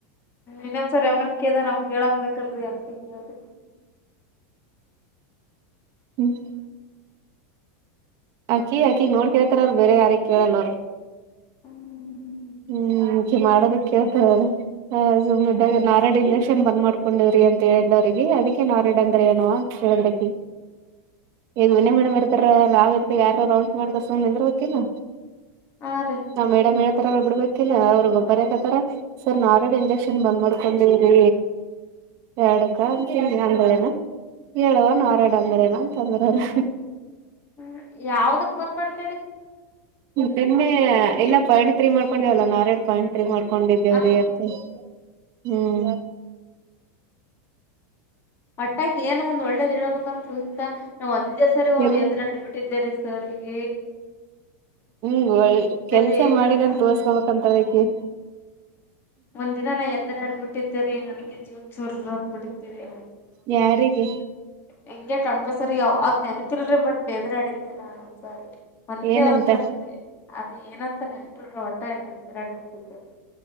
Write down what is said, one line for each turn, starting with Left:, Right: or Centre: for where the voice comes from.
Left: ಇನ್ನೊಂದ್ಸರಿ ಅವ ಅದ ನಮ್ಗೆ ಹೇಳಕ್ಬೇಕಲ್ರರಿ ಅ ಆಗ
Right: ಹ್ಮ್ ಅಕ್ಕಿ ಅಕಿಗ್ ನೋಡ್ ಕೇಳ್ತಾರಲ್ ಬೇರೆ ಯಾರಗ್ ಕೇಳಲ್ವರ್
Left: ಹ್ಮ್
Right: ಹ್ಮ್ೆ ಮಾಡೋದ ಕೇಳ್ತಾರ ಸುಮ್ಮ ಇದಾಗ ನಾರಡ ಯಿಂಜಕ್ಷನ್ ನ್ ಬಂದ್ ಮಾಡ್ಕೊಂಡಿವವ್ರಿ ಅಂತ ಹೇಳಿದಿಲ್ಲ ಅವ್ರಿಗೆ ಅದಕ್ಕೇನ್ ಅವ್ರ ಇಡ ಅಂದ್ರ ಏನೋ ಅಂತ ಹೇಳೇಳ್ರ ಈಗ ವಿನಯ ಮೇಡಮ್ ಇರ್ತಾರ ನಾವ ಇರ್ತವಿ ಯಾರ ರೌಂಡ್ ಮಾಡ್ತ ಸುಮ್ ನಿಂದ್ರ ಬೇಕಿಲ್ಲ
Left: ಹಾ ರೀ
Right: ನಾ್ ಮೇಡಮ್ಡತರ ಬಿಡ್ಬೇಕಿಲ್ಲ ಅವ್ರಗೊಬ್ಬರ ಹಕತ್ತಾರ ಸರ್ ನಾ ಅಲ್ರೀಡಿ ಇಂಜೆಕ್ಷನ್ ಬಂದ್ ಮಾಡ್ಕೊಂಡೇವ್ರಿ ಎರಡಕ್ಕ ಅಂತ
Left: ಹ್ಮ್
Right: ಹಿಗೆ ಅಂಗಳೇನಾ ಹೇಳುವ ನ
Left: ಹ್ಮ್
Right: <unintelligible> ಮೇಲೆನ ಅಂತಂದ್ರರು
Left: ಹ ಯವ್ದುಕ್ ಬಂದ್ ಮಾಡ್
Right: ನಿನ್ನೆ ಎಲ್ಲ ಪಾಯಿಂಟ್ ತ್ರ್ರೀ ಮಾಡ್ಕೊಂಡವಲ್ಲ ನಾರಾಯಣ ಪಾಯಿಂಟ್ ತ್ರೀ ಮಾಡ್ಕೊಂ ಕಕೊಂಡಿದ್ದೇವ್ರೀ
Left: ಆ
Right: ಅತ್ತೆ ಹ್ಮ್
Left: ಅಟ್ಟಾ ಏನೋ ಒಂದ್ ಒಳ್ಳೇದ ಇಡಬೇಕಂತ ಅಲ್ತಾ ನಾವು ಒಂದೇ ಸರಿ
Right: ಇಲ್
Left: ಎದುರಾಡ್ಬಿಟ್ಟಿದ್ದೇರಿ ಸರ್ಗ
Right: ಹ್ಮ ಒ ಕೆಲ್ಸ
Left: ರೀ
Right: ಮಾಡಿನನ್
Left: ನಾನ
Right: ತೋರ್ಸ್ಕೋಬೇಕಂತದಕ್ಕೆ
Left: ಒಂದ್ ದಿನ ನಾ ಯದ್ರ ಆಡ್ಬಿಟ್ಟಿದ್ದೇರಿ ನನ್ಗೆ ಜೀವ ಚೂರ್ ಅಂದ್ಬಿಟ್ಟೇರಿ
Right: ಯಾರಿಗೆ
Left: ಹೆಂಗೆ ಕಾಣ್ಪಸ್ರರಿ ಯಾವ ಅದ್ ನೆನಪಿಲ್ರಿ ಬಟ್ ಎದ್ರಾಡಿದ್ದೆ ನಾನು ಒಂದ್ಸಾರಿ. ಒಂದೆ
Right: ಏನಂತ
Left: ಒಂದ್ಸಾರಿ ಇದೆ ಅದ ಏನಂತ ನೆಲ್ಪಲ್ರ ಒಟ್ಟೆ ಬಿರಾಡಿ ಹೋಗೋಗಿದ್ದದು